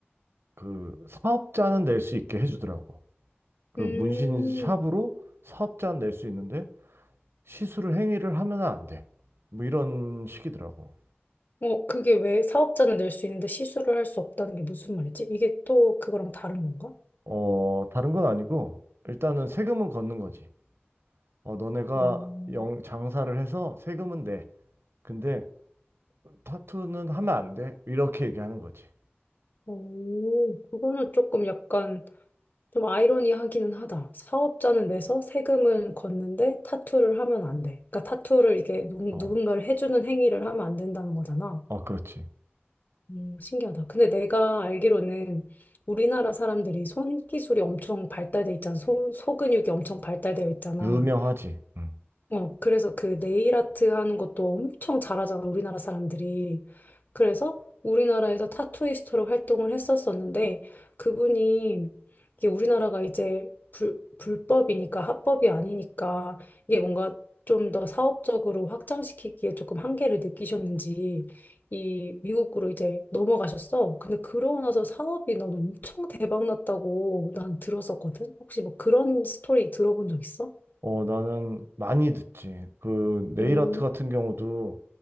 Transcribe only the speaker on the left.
음.
어, 그게 왜 사업자는 낼 수 있는데 시술을 할 수 없다는 게 무슨 말이지? 이게 또 그거랑 다른 건가?
음.
오, 그거는 조금 약간 좀 아이러니하기는 하다. 사업자는 내서 세금은 걷는데 타투를 하면 안 돼. 그러니까 타투를 이게 누,
누군가를 해주는 행위를 하면 안 된다는 거잖아.
음, 신기하다. 근데 내가 알기로는 우리나라 사람들이 손 기술이 엄청 발달돼 있잖아. 손, 소근육이 엄청 발달되어 있잖아.
어, 그래서 그 네일 아트 하는 것도 엄청 잘하잖아, 우리나라 사람들이. 그래서 우리나라에서 타투이스트로 활동을 했었었는데, 그분이, 이게 우리나라가 이제 불, 불법이니까, 합법이 아니니까, 이게 뭔가 좀 더 사업적으로 확장시키기에 조금 한계를 느끼셨는지, 이 미국으로 이제 넘어가셨어. 근데 그러고 나서 사업이 난 엄청 대박 났다고 난 들었었거든? 혹시 뭐 그런 스토리 들어본 적 있어?
음,